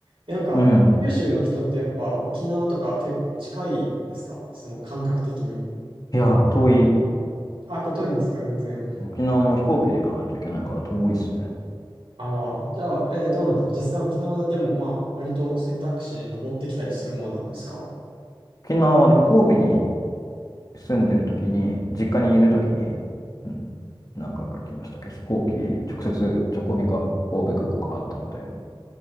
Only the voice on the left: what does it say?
うんうんいやー、遠い。
沖縄も飛行機で行かないといけないから遠いっすね。
うん
沖縄はね、神戸に住んでる時に、実家にいる時に、うん何回か行きましたけど、飛行機、直接直行便が神戸空港からあったので。